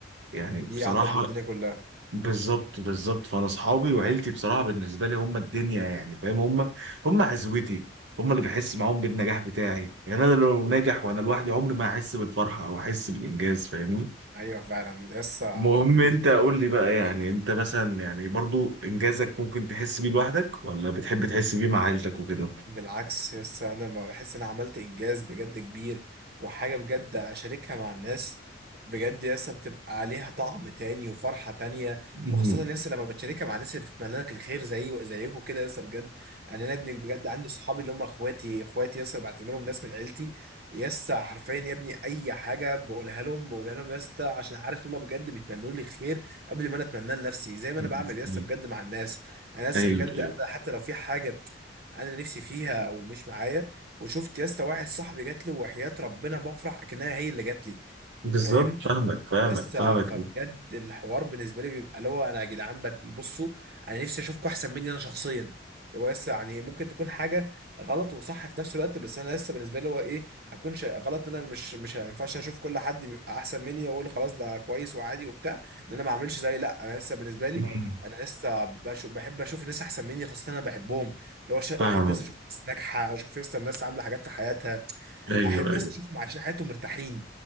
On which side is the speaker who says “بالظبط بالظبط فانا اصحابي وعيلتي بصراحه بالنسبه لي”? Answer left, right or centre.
Right